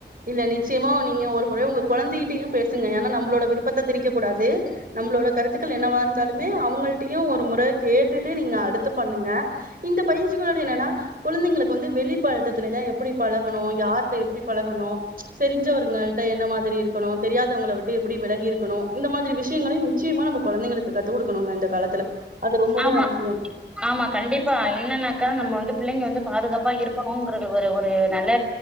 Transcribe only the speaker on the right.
இல்ல நிச்சயமா நீங்க ஒரு முற உங்க கொழந்தைட்டியு பேசுங்க ஏனா நம்ளோட விருப்பத்த திணிக்க கூடாது நம்ளோட கருத்துக்கள் என்னவா இருந்தாலுமே அவுங்கள்ட்டியுமே ஒரு முற கேட்டுட்டு நீங்க அடுத்து பண்ணுங்க இந்த பயிஞ்சிகளோட என்னன்னா குழந்தைங்களுக்கு வந்து வெளிப்படத்துலல்ல எப்படி பழகணு‌ யார்ட்ட எப்டி தோணு தெரிஞ்சவர்கள்ட்ட என்ன மாதிரி இருக்கணு தெரியாதவங்கள விட்டு எப்படி விலகி இருக்கணு இந்த மாரி விஷயங்களயு நிச்சயமா நம்ப குழந்தைகளுக்கு கத்து குடுக்கணுங்க இந்த காலத்துல அது ரொம்பவே
அவசியம்